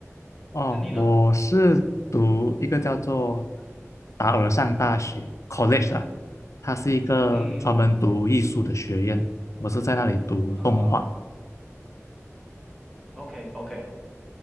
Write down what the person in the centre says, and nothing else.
那、你呢？
嗯
啊，OK OK，